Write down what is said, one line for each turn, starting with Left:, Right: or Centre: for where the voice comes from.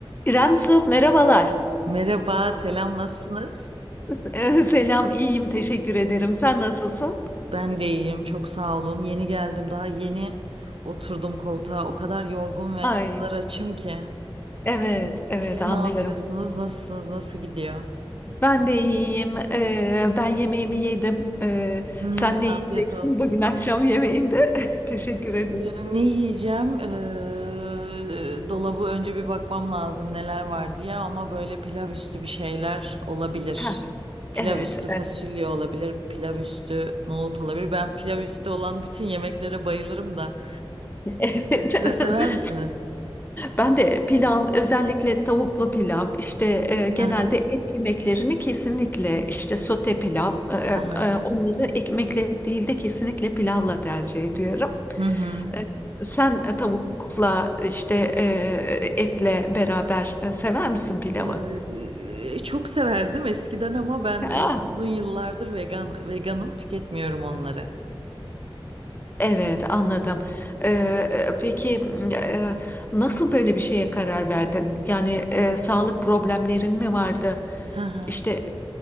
Left: İrem Su, merhabalar.
Right: Merhaba, selam, nasılsınız?
Left: <laughs> Selam, iyiyim, teşekkür ederim. Sen nasılsın?
Right: Ben de iyiyim, çok sağ olun. Yeni geldim, daha yeni oturdum koltuğa. O kadar yorgun ve
Left: Ay,
Right: o kadar açım ki.
Left: evet, evet
Right: Siz
Left: anlıyorum.
Right: ne yapıyorsunuz, nasılsınız, nasıl gidiyor?
Left: Ben de iyiyim. Ee, ben yemeğimi yedim. Ee,
Right: Hmm,
Left: sen ne yiyeceksin
Right: afiyet olsun.
Left: bugün akşam yemeğinde? <laughs> Teşekkür ederim.
Right: Ya, Ne yiyeceğim? Ee, dolabı önce bir bakmam lazım neler var diye ama böyle pilav üstü bir şeyler olabilir.
Left: Ha,
Right: Pilav
Left: Evet,
Right: üstü fasulye
Left: evet.
Right: olabilir, pilav üstü nohut olabilir. Ben pilav üstü olan bütün yemeklere bayılırım da.
Left: <laughs>
Right: Siz de sever misiniz?
Left: Ben de pilav, özellikle tavuklu pilav, işte e, genelde
Right: Aha,
Left: et yemeklerini kesinlikle işte sote pilav, e,
Right: aha.
Left: e, onları ekmekle değil de kesinlikle pilavla tercih ediyorum.
Right: Hı hı.
Left: E, Sen e, tavukla işte e, etle beraber e, sever misin pilavı?
Right: Ee, çok severdim eskiden ama ben
Left: Ha,
Right: e, uzun yıllardır vegan veganım tüketmiyorum onları.
Left: evet anladım. E, e, peki e, nasıl böyle bir şeye karar verdin? Yani e, sağlık problemlerin mi vardı?
Right: Hı hı.
Left: İşte